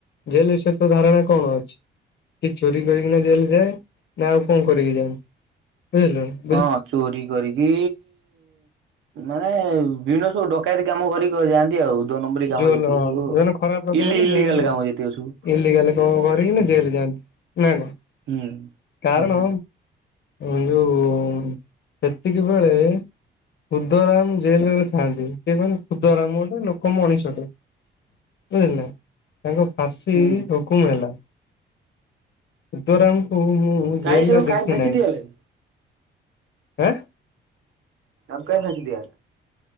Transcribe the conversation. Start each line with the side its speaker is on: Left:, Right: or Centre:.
Left: ଜେଲ ବିଷୟରେ ତ ଧାରଣା କଣ ଅଛି? କିଏ ଚୋରି କରିକି ନା ଜେଲ ଯାଏ ନା ଆଉ କଣ କରିକି ଯାଏ ବୁଝିଲୁ ନା।
Right: ହଁ ଚୋରି କରିକି ମାନେ ବିନ ସବୁ ଡକାୟତି କାମ କରି କରିକି ଯାଆନ୍ତି ଆଉ। ଦୋ ନମ୍ବରୀ କାମ
Left: ଜୋଲ
Right: ଯେତିକି
Left: ହଁ
Right: ସବୁ
Left: ଯୋଉମାନେ
Right: ଆଉ।
Left: ଖରାପ ଲୋକମାନେ
Right: ଇଲି ଇଲିଗାଲ
Left: ସେମାନେ ଯାଆନ୍ତି
Right: କାମ ଯେତିକ ସବୁ
Left: ଇଲିଗାଲ କାମ କରିକି
Right: ହୁଁ
Left: ଜେଲ ଯାଆନ୍ତି। ନାଁ ନାଁ
Right: ହୁଁ
Left: କାରଣ
Right: ହୁଁ
Left: ଏ ଯୋଉ ସେତିକି ବେଳେ ହୁଦରାମ ଜେଲ ରେ ଥାଆନ୍ତି କିଏ କହିଲେ ଖୁଦରାମ ଗୋଟେ ଲୋକ ମଣିଷଟେ ବୁଝିଏଲେ ତାଙ୍କୁ ଫାଶୀ
Right: ହୁଁ।
Left: ହୁକୁମ ହେଲା ହୁଦରାମ କୁ ହୁ
Right: କାଇଁ
Left: ଜେଲରେ
Right: ତାକୁ କାଇଁ
Left: ଦେଖି
Right: ଫାଶୀ
Left: ନାହିଁ
Right: ଦିଆଗଲା କି?
Left: ଆଁ
Right: ଆପ କାଇଁ ହାଞ୍ଚିଲିୟାତ